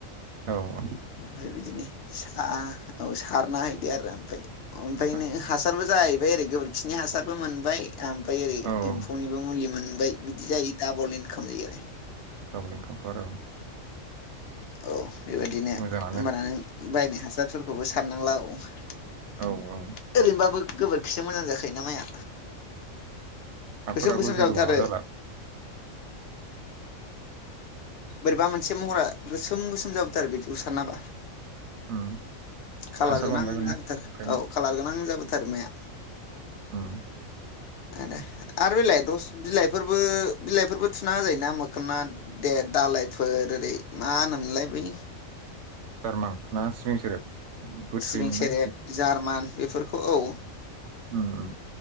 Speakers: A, on the right; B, on the left.
A: औ औ
B: ओमफ्राय बिदिनो सा औ सारना हैदो आरो ओमफ्राय र ओमफ्राय
A: औ
B: नो हासारबो जायो। जाहैबाय ओरै गोबोरखिनि हासारबो मोनबाय। ओमफ्राय ओरै
A: औ
B: एम्फौनिबो मुलि मोनबाय बिदि जायो दाबल इनकाम जायो आरो।
A: डाबल इनखामथ' आरो औ
B: औ बेबायदिनो
A: मोजाङानो
B: होमबाना नों बायनो हासारफोरखौबो सारनांला ओरैनोबाबो
A: औ औ
B: गोबोरखिजो मोजां जाखायोना माया।
A: हाफोराबो
B: गोसोम गोसोम
A: जेबो
B: जाबोथारो
A: माबा जाला
B: बोरैबा मोनसे एखे महरा गोसोम गोसोम जाबोथारो बिदिखौ सारना होबा
A: उम
B: कालार
A: हासार
B: गोनां
A: मोनबायबो ना
B: जाबोथारो
A: ओंखायनो
B: औ कालार गोनां जाबोथारो माया
A: ओम
B: आ दे आरो बेलाय दस बिलाइ बेफोरबो बिलाइफोरबो थुना होजायोना मोखना दालायफोर ओरै मा होनोमोनलाय बै
A: जारमां ना सिबिं सेरेबबो
B: सिबिं
A: थुयोमोन
B: सेरेब
A: ना?
B: जार्मान बेफोरखौ औ
A: ओम ओम